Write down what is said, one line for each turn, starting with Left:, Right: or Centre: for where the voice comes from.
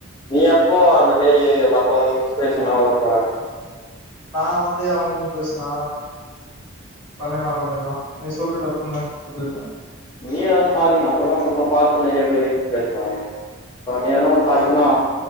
Left: நீ எப்போ அந்த மேரி மத்தவ இன்ஸ்பிரேஷனா வர போற
Centre: நா வந்து அவுங்களுக் இன்ஸ்பிரேஷனா பண்ணிட்லா பண்ணிட்லா நீ சொல்லு டப்புன்னு சொல்லிட்லா
Left: நீயு எதனா சாதிக்கணு அப்பதா உன்ன பாத்து நறைய பேரு இன்ஸ்பேரஷேன் ஆவு இப்ப நீ எதனா ஒன்னு சாதிச்சனா